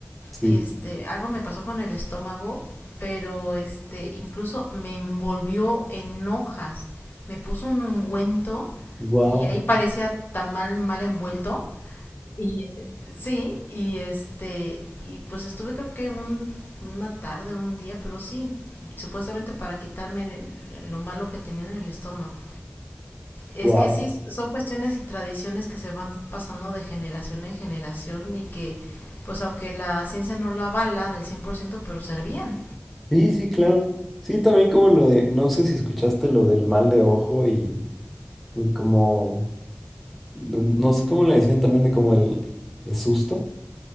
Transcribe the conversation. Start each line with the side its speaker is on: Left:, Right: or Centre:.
Centre: Sí,
Left: que este, algo me pasó con el estómago, pero este, incluso me envolvió en hojas. Me puso un ungüento
Centre: wow,
Left: y ahí parecía tan mal, mal envuelto. Y eh, sí, y este, y pues estuve creo que un, una tarde, un día, pero sí, supuestamente para quitarme el- lo malo que tenía en el estómago. Es
Centre: wow.
Left: que sí,
Centre: <laughs>
Left: son cuestiones y tradiciones que se van pasando de generación en generación y que, pues aunque la ciencia no lo avala del cien por ciento pero servían.
Centre: Sí, sí, claro. Sí, también como lo de, no sé si escuchaste lo del mal de ojo y, y como, no no sé cómo le decían también de como el, el susto.